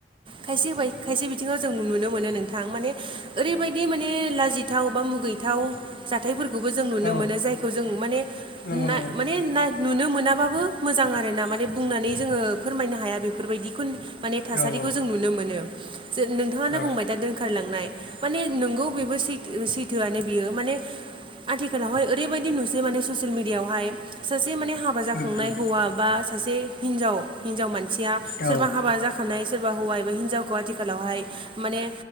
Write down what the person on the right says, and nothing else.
खायसे बाय खायसे बिथिङाव जों नुनो मोनो नोंथां माने ओरैबायदि माने लाजिथाव बा मुगैथाव जाथायफोरखौ बो जों नुनो
मोनो जायखौ जों माने <unintelligible> बे
माने ना नुनो मोनाबाबो मोजां आरोना माने बुंनानै जोङो फोरमायनो हाया बेफोरबायदिखौ माने थासारिखौ
जों नुनो मोनो जो-नोंथाङानो
बुंबाय दा दोनखारलांनाय माने नोंगौ बेबो सैथ-सैथोआनो बियो माने आथिखालावहाय ओरैबायदि नुसै माने ससियेल मिडियाआवहाय सासे माने हाबा जाखांनाय
हौवा बा सासे हिनजाव हिनजाव मानसिया
सोरबा हाबा जाख खानाय सोरबा हौवा एबा हिनजावखौ आथिखालावहाय माने